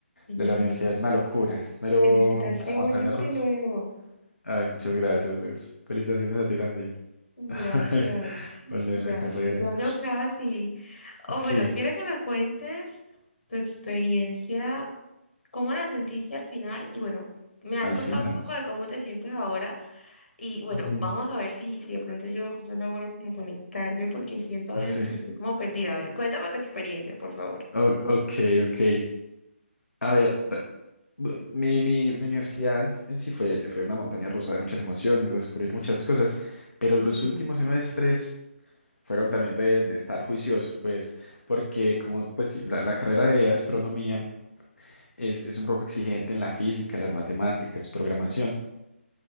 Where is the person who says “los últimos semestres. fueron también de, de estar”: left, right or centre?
Left